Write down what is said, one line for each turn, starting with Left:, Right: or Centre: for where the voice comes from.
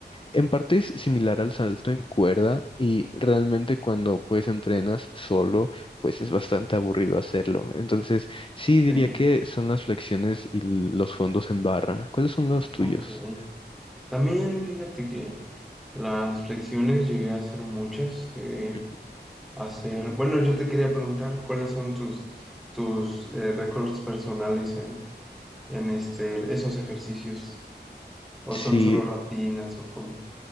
Left: en parte es similar al salto en cuerda y realmente cuando pues entrenas solo, pues es bastante aburrido hacerlo. Entonces, sí diría
Centre: sí.
Left: que son las flexiones y los fondos en barra. ¿Cuáles son los tuyos?
Centre: Ok. También fíjate que las flexiones llegué a hacer muchas. Llegué
Left: Ujú.
Centre: hacer. Bueno, yo te quería preguntar cuáles son tus, tus eh, récords personales en, en este, esos ejercicios. ¿O
Left: Sí,
Centre: son solo rutinas o cómo?